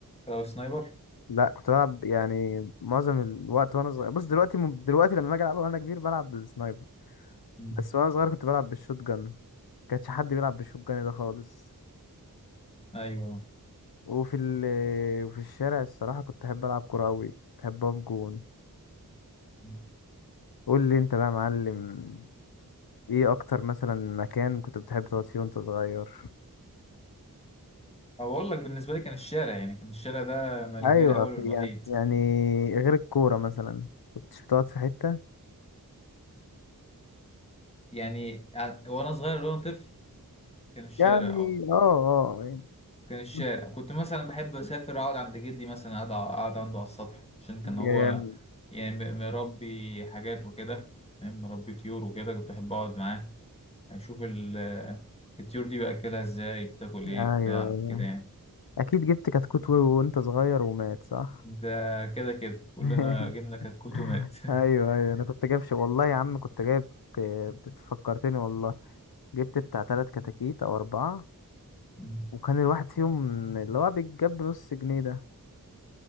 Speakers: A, on the left; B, on the left.
A: لو سنايبر
B: لا كنت بلعب يعني معظم الوقت وانا صغير بص دلوقتي دلوقتي لما اجي العب وانا كبير بلعب بالسنايبر
A: مم.
B: بس وانا صغير كنت بلعب بالشوت جن كانش حد بيلعب بالشوت جن ده خالص
A: أيوه
B: وفي ال وفي الشارع الصراحه كنت احب العب كوره قوي كنت احب اقف جون
A: مم.
B: قول لي انت بقى يا معلم ايه اكتر مثلا مكان كنت بتحب تقعد فيه وانت صغير
A: أو أقول لك بالنسبة لي كان الشارع يعني كان الشارع ده ملجأي
B: ايوه
A: الأول
B: في-
A: والوحيد
B: يعني يعني غير الكوره مثلا كنتش بتقعد في حته
A: يعني ع- وانا صغير لو انا طفل كان الشارع
B: يعني
A: اه
B: اه اه يعني
A: كان الشارع
B: كنت-
A: كنت مثلا بحب اسافر اقعد عند جدي مثلا اقعد اقعد عنده على السطح عشان كان
B: يعني-
A: هو يعني م- مربي حاجات وكده فاهم؟ مربي طيور وكده كنت احب اقعد معاه اشوف ال- الطيور دي باكلها ازاي بتاكل ايه
B: ايوه
A: بتاع
B: أيوة.
A: كده يعني
B: اكيد جبت كتكوت و- وانت صغير ومات صح
A: ده كده كده كلنا
B: <laughs>
A: جبنا كتكوت ومات
B: ايوه ايوه انا كنت جايب ش- والله يا عم كنت جايب آه، بتفكرتني والله جبت بتاع تلات كتاكيت او اربعه
A: <laughs>
B: وكان الواحد فيهم اللي هو بيتجاب بنص جنيه ده